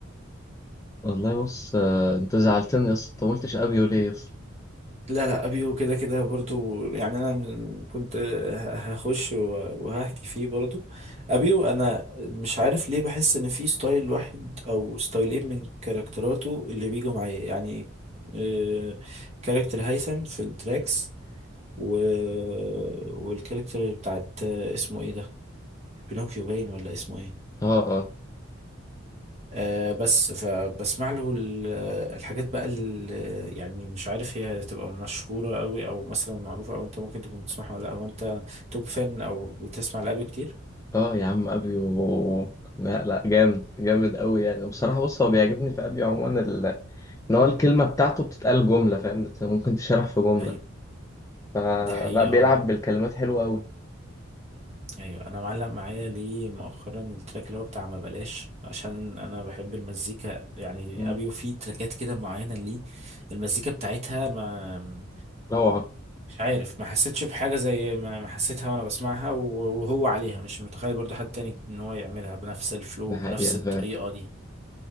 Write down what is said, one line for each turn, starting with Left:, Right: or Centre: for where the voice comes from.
Left: والله بص آه، انت زعلتني يا اسطى انت ما قلتش ابيو ليه يا اسطى
Right: لا لا ابيو كده كده برضو يعني انا من- كنت ه- هخش و- وهحكي فيه برضو ابيو انا مش عارف ليه بحس ان في ستايل واحد او ستايلين من كاركتراته اللي بيجوا معايا يعني آه، كاركتر هيثم في التراكس و... والكاركتر بتاعت آه، اسمه ايه ده بينوكيو باين ولا اسمه ايه
Left: اه اه
Right: آه، بس فبسمع له ال- الحاجات بقى اللي يعني مش عارف هي تبقى مشهورة قوي او مثلا معروفة او انت ممكن تكون بتسمعها ولا لا هو انت توب فان او بتسمع لأبيو كتير
Left: اه يا عم ابيو لا لا جامد جامد قوي يعني وبصراحه بص هو بيعجبني في ابيو عموما ال- ان هو الكلمه بتاعته بتتقال جمله فاهم بت- ممكن تشرح في جمله
Right: ايوه
Left: فلا
Right: دي حقيقة
Left: بيلعب
Right: اه
Left: بالكلمات حلوه قوي
Right: ايوه انا معلق معايا ليه مؤخرا التراك اللي هو بتاع ما بلاش عشان انا بحب المزيكا يعني
Left: مم.
Right: ابيو فيه تراكات كده معينة ليه المزيكا بتاعتها ما
Left: روعه
Right: مش عارف ما حسيتش بحاجة زي ما ما حسيتها وانا بسمعها و- وهو عليها مش متخيل برضو حد تاني ان هو يعملها بنفس الفلو
Left: ده حقيقه
Right: بنفس الطريقة
Left: فاهم
Right: دي